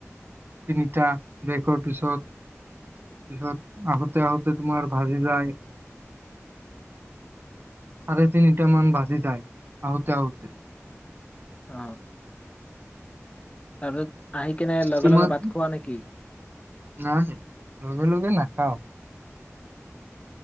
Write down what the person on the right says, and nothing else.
তিনিটা ব্ৰেকৰ পিছত-পিছত আহোতে-আহোতে তোমাৰ ভাজি যায়। ছাৰে তিনিটামান বাজি যায়, আহোঁতে আহোঁতে।
তোমাৰ
নাই লগে লগে নাখাওঁ।